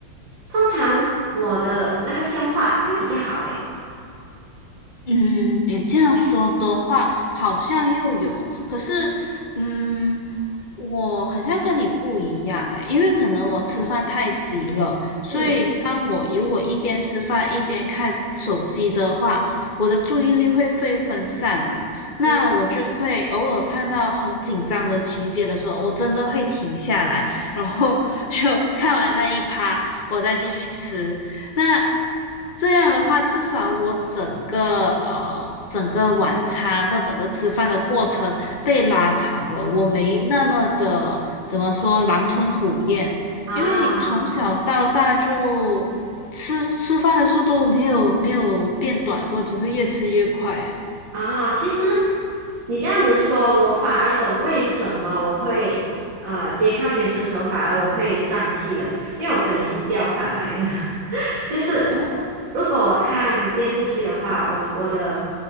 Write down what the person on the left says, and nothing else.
嗯，你这样说的话，好像又有，可是，嗯，我好像跟你不一样诶，因为可能我吃饭太急了，所以当我如果一边吃饭一边看手机的话，
我的注意力会被分散嘛，那我就会偶尔看到很紧张的情节的时候，
我真的会停下来，然后 <laughs> 就看完那一趴，我再继续吃。那这样的话，至少我整个呃整个晚餐或整个吃饭的过程被拉长了，我没那么的怎么说狼吞虎咽，
因为从小到大就吃吃饭的速度没有没有变短过，只会越吃越快。哎
哦，